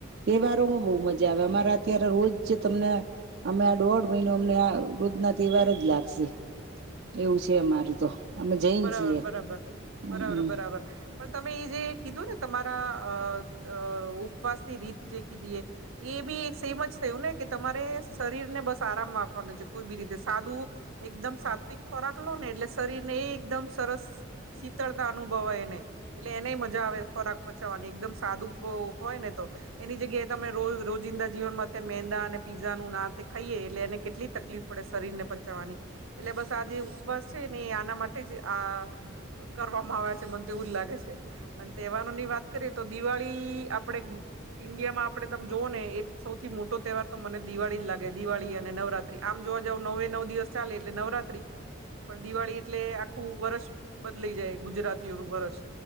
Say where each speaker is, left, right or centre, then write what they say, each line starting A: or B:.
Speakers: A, on the right (about 55°); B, on the right (about 80°).
A: તહેવારો માં બહુ મજા આવે અમારે અત્યારે રોજ જે તમને. અમે આ દોઢ મહિનો અમને આ વુધના તહેવારો જ લાગશે. એવું છે અમારું તો. અમે જૈન
B: બરાબર
A: છીએ
B: બરાબર
A: હમ
B: બરાબર બરાબર પણ તમે એ જે કીધું ને. તમારા અ અ ઉપવાસની રીત જે રીત કીધીએ. એ બી એક સેમ જ થયું ને કે તમારે શરીર ને બસ આરામ આપપવાનું છે કોઈ બી રીતે સાદું એકદમ સાત્વિક ખોરાક લો ને એટલે શરીર ને એ એકદમ સરસ. શીતળતા અનુભવાય એને એટલે એને મજા આવે ખોરાક પચાવવાની એકદમ સાદું ભોગ હોય ને તો. એની જગ્યાએ તમે રો રોજિંદા જીવનમાં અત્યારે મેંદા અને પીઝાનું આન તે ખાઈએ એટલે એને કેટલી તકલીફ પડે શરીર ને પચાવવાની એટલે બસ આ જે ઉપવાસ છે ને આના માટે જ આ કરવામાં આવ્યા છે મને તો એવું જ લાગે છે. અને તહેવારોની વાત કરીએ તો દિવાળી આપણેે ઇન્ડિયામાં આપડે તમે જોવો ને એ સૌથી મોટો તહેવાર તો મને દિવાળી જ લાગે દિવાળી અને નવરાત્રી. આમ જોવા જાવ નવે નવ દિવસ ચાલે એટલે નવરાત્રી પણ દિવાળી એટલે આખું વરસ બદલાઈ જાય ગુજરાતીઓનું વરસ.